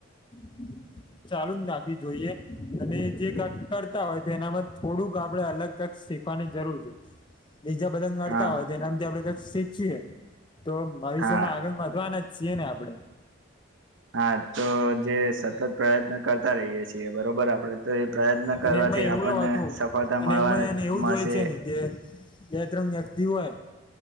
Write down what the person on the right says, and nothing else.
હા
હા
હા તો જે સતત પ્રયત્ન કરતા રહીએ છીએ બરોબર આપણેે તો એ પ્રયત્ન કરવાથી
આપણને
સફળતા
મળવા
મળશે